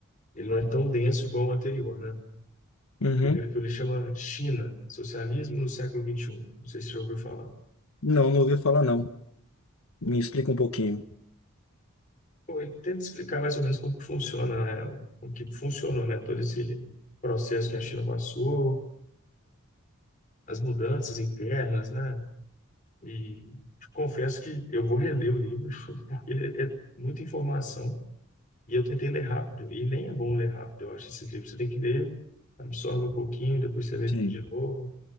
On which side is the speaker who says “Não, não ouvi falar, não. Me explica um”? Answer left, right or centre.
Left